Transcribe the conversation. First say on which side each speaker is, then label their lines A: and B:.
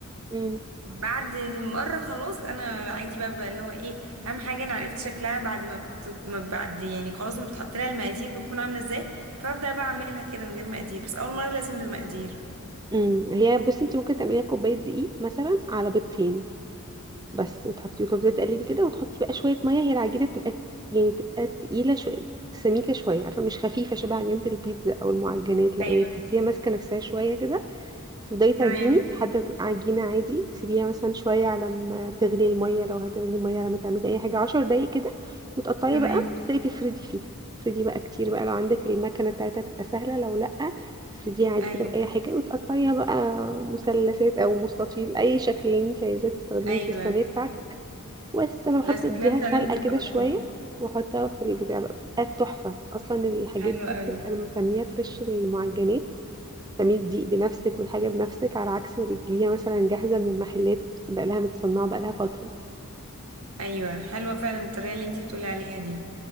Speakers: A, on the right (about 20°); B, on the right (about 80°).
A: امم
B: بعد مره خلاص انا عادي بقى, بقى اللي هو ايه اهم حاجه انا عرفت شكلها بعد ما, بت... ما بعد يعني خلاص ما بتحط لها المقادير بتكون عامله ازاي فابدا بقى اعملها كده من غير مقادير بس اول مره لازم بمقادير
A: امم اللي هي بصي انتي ممكن تعمليها كوبايه دقيق مثلا على بيضتين بس وتحطي وتفضلي تقلبي كده وتحطي بقى شويه ميه هي العجينه بتبقى يعني بتبقى تقيله شويه سميكه شويه عارفه مش خفيفه شبه عجينه البيتزا او المعجنات لا
B: ايوه
A: هي تحسيها ماسكه نفسها شويه كده تبدأي تعجني
B: تمام
A: لحد ما تبقى عجينة عادي تسيبيها مثلا شوية على ما تغلي المية لو هتغلي المية لما تعملي أي حاجة عشر دقايق كده وتقطعي
B: تمام
A: بقى تبدأي تفردي فيها تفردي بقى كتير بقى لو عندك المكنة بتاعتها تبقى سهلة لو لأ تفرديها عادي
B: ايوه
A: كده بأي حاجة وتقطعيها بقى مثلثات أو مستطيل أي شكل اللي انت عايزاه تستخدميه
B: ايوه
A: في الصينية بتاعتك بس أنا بحط
B: الاسكلاف
A: اديها سلقة
B: فعلا بتبقى
A: كده
B: لطيفه
A: شوية واحطها في البتاع بقى بتبقى تحفة أصلا الحاجات
B: حلوه
A: دي بتبقى
B: قوي
A: لما بتعمليها فريش المعجنات تعملي الدقيق بنفسك والحاجة بنفسك على عكس ما بتجيبيها مثلا جاهزة من المحلات بقالها متصنعة بقالها فترة
B: ايوه حلوه فعلا الطريقه اللي انتي بتقولي عليها دي